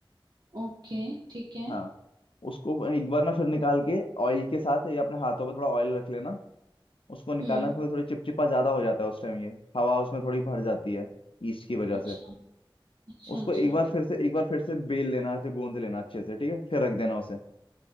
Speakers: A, on the right (about 50°); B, on the left (about 75°).
A: ओके ठीक है
B: हाँ उसको एक बार ना फिर निकाल के ऑयल के साथ या अपने हाथों पे थोड़ा ऑयल रख लेना उसको निकालना
A: हम्म
B: फिर थोड़ी चिपचिपा ज्यादा हो जाता है उस टाइम ये हवा उसमें थोड़ी भर जाती है ईस्ट की वजह
A: अच्छा
B: से
A: अच्छा
B: उसको
A: अच्छा
B: एक बार फिर से एक बार फिर से बेल लेना ऐसे गोंद लेना अच्छे से ठीक है फिर रख देना उसे